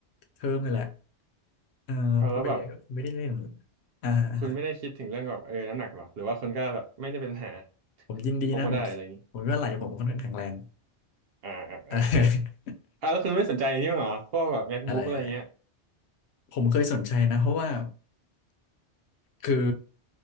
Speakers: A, on the left (about 70°); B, on the right (about 60°).
A: เทอมนี่แหละเออพอไปเรียนก็ไม่ได้เล่น
B: เอาแล้วแบบ
A: อ่าอ่า
B: คุณไม่ได้คิดถึงเรื่องแบบเออน้ำหนักหรอหรือว่าคุณก็แบบไม่ได้เป็นปัญหา
A: ผมยินดีนะผม
B: พกมาได้อะไรอย่างนี้
A: ผมว่าไหลผมค่อนข้างแข็งแรง
B: อ่าอ่าอ่าโอเค
A: <laughs> อ่า <laughs>
B: อ่าแล้วคุณไม่สนใจอันนี้บ้างเหรอพวกแบบ MacBook
A: อะไรอะไร
B: อะไรเงี้ย
A: ผมเคยสนใจนะเพราะว่า คือ